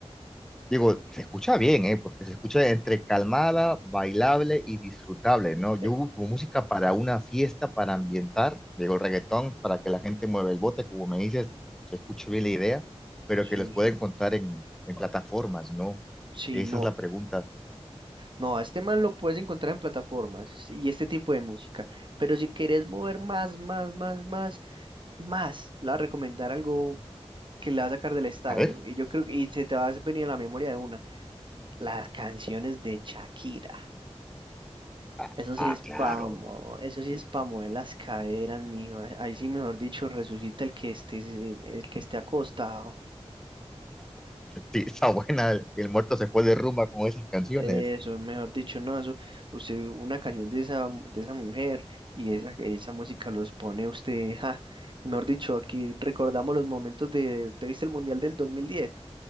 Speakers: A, in the centre; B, on the right.
A: Digo, se escucha bien, ¿eh? Porque se escucha entre calmada, bailable y disfrutable, ¿no? Yo
B: Eh,
A: busco música para una fiesta, para ambientar, digo, reggaetón, para que la gente mueva el bote, como me dices, se escucha bien la idea, pero
B: sí,
A: que los pueden
B: sí.
A: contar en, en plataformas, ¿no?
B: Sí,
A: Esa
B: no,
A: es la pregunta.
B: no, a este man lo puedes encontrar en plataformas sí, y este tipo de música. Pero si quieres mover más, más, más, más, más, le voy a recomendar algo que le va a sacar del estadio.
A: A ver,
B: Y yo creo que y se te va a venir a la memoria de una. Las canciones de Shakira.
A: Ah,
B: Eso
A: ah,
B: sí es
A: claro,
B: pamo, eso sí es pa' mover las caderas, mijo. Ahí ahí sí, mejor dicho, resucita el que esté, se- el que esté acostado.
A: sí, está buena, el, el muerto se fue de rumba con esas canciones.
B: Eso, mejor dicho, no, eso, usted, una canción de esa, de esa mujer y esa, esa música los pone usted, ja. Mejor dicho, aquí recordamos los momentos de, ¿te viste el Mundial del 2010?